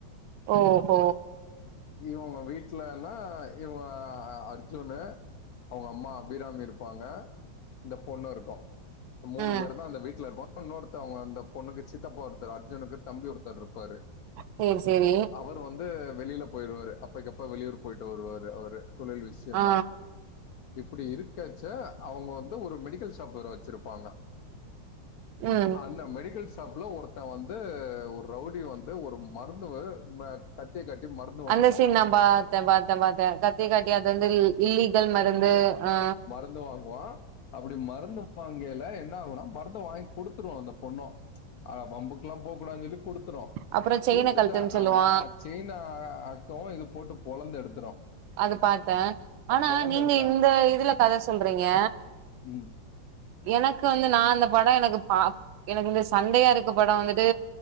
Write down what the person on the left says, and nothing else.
இவுங்க வீட்லனா இவங்க அர்ஜுனு அவுங்க அம்மா அபிராமி இருப்பாங்க இந்த பொண்ணு இருக்கு மூணு
பேருதா அந்த வீட்ல இரு இன்னொருத்தவங்க அந்த பொண்ணுக்கு சித்தப்பா ஒருத்தரு அர்ஜுனுக்கு தம்பி ஒருத்தரு இருப்பாரு
அவரு வந்து வெளில போயிருவாரு அப்பைக்கு அப்ப வெளியூர் போயிட்டு வருவாரு அவரு தொழில் விஷ்யமா
இப்டி இருக்கச்ச அவுங்க வந்து ஒரு மெடிக்கல் ஷாப் வேற வெச்சிருப்பாங்க
அந்த மெடிக்கல் ஷாப்ல ஒரு த்தன் வந்து ஒரு ரவுடி வந்து ஒரு மருந்து கத்திய காட்டி மருந்து வாங்குவான்
மருந்து வாங்குவா அப்டி மருந்து வாங்கில என்ன ஆகுனா மருந்த வாங்கி குடுத்துரு அந்த பொண்ணு ஆ வம்புக்கல்லா போகூடான்னு சொல்லி குடுத்துரு
குடுத்துட்ட
ஆ செயின் அக்கவு இது போட்டு பொளந்து எடுத்துரு
பொளந்து
எடுத்தா
ம்